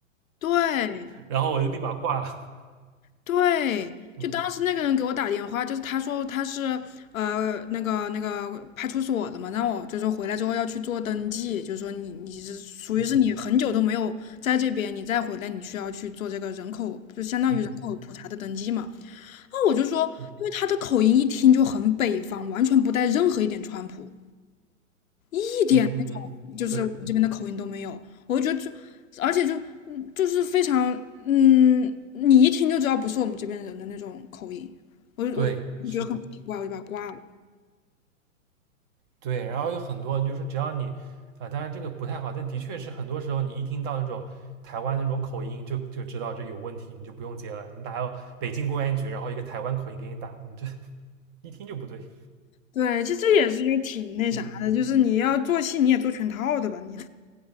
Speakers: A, on the left; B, on the right.
A: 对，
B: 然后我就立马挂了。
A: 对，就当时那个人给我打电话，
B: 嗯
A: 就是他说他是呃那个那个派出所的嘛，让我就说回来之后要去做登记，就是说你你是属于是你很久都没有在这边，
B: 嗯
A: 你再回来你需要去做这个人口，就相当于人口普查的登记嘛。
B: 嗯嗯
A: 然后我就说，
B: 嗯
A: 因为他的口音一听就很北方，完全不带任何一点川普。一点那种就是我们这边的口音都没有，
B: 嗯嗯嗯，对
A: 我就觉得就，而且就嗯就是非常嗯，你一听就知道不是我们这边人的那种口音，我就我就觉得很奇怪，
B: 对，是的，
A: 我就把它挂了。
B: 对，然后有很多就是只要你啊、当然这个不太好，但的确是很多时候你一听到那种。台湾那种口音就就知道这有问题，你就不用接了。你哪有北京公安局，然后一个台湾口音给你打，你这一听就不对。
A: 对，其实这也是就挺那啥的，
B: 嗯，
A: 就是你要做戏，你也做全套的吧，你